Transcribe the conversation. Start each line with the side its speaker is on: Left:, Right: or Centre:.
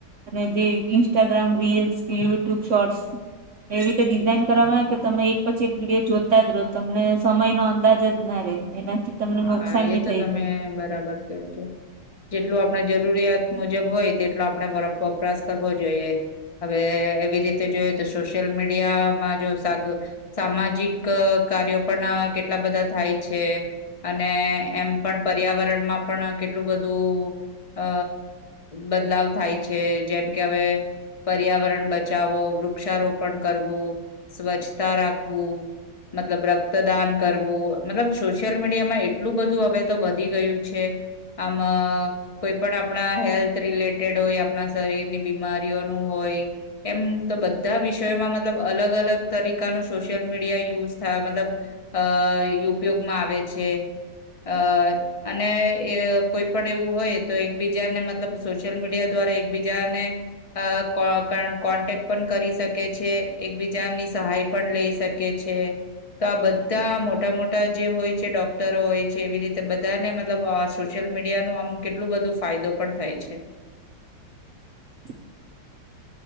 Right: અને જે ઇન્સ્ટાગ્રામ રીલ્સ કે યુટ્યુબ શોર્ટ્સ એવી રીતે ડિઝાઇન કરવામાં આવે કે તમે એક પછી એક વિડીયો જોતા જ રહો તમને સમય નો અંદાજ જ ના રહે એનાથી તમને
Left: હા
Right: નુકસાન
Left: હા એ
Right: બી
Left: તો
Right: થઈ
Left: તમે
Right: જાય
Left: બરાબર કેવ છો. જેટલું આપણે જરૂરિયાત મુજબ હોય તેટલો આપણે વપરાશ કરવો જોઈએ હવે એવી રીતે જોઈ તો સોશિયલ મીડિયામાં જો સાગ સામાજિક કાર્યો પણ કેટલા બધા થાય છે. અને એમ પણ પર્યાવરણ માં પણ કેટલું બધું અ બદલાવ થાય છે જેમ કે હવે પર્યાવરણ બચાવો વૃક્ષારોપણ કરવું સ્વચ્છતા રાખવું. મતલબ રક્તદાન કરવું મતલબ છ સોશિયલ મીડિયામાં એટલું બધું હવે તો વધી ગયું છે આમ કોઈ પણ આપણા હેલ્થ રિલેટેડ હોય આપણા શરીરની બીમારીઓનું હોય. એમ તો બધા વિષયોમાં મતલબ અલગ અલગ તરીકાનું સોશિયલ મીડિયા યુઝ થાય મતલબ અ ઉપયોગમાં આવે છે અ અને કોઈ પણ એવું હોય તો એકબીજાને મતલબ સોશિયલ મીડિયા દ્વારા એકબીજાને અ કોન્ટેક્ટ પણ કરી શકે. છે એકબીજાની સહાય પણ લઈ શકે છે તો આ બધા મોટા મોટા જે હોય છે ડોક્ટરો હોય છે એવી રીતે બધાને મતલબ સોશિયલ મીડિયા નું આમ કેટલું બધું ફાયદો પણ થાય છે.
Right: <inaudible>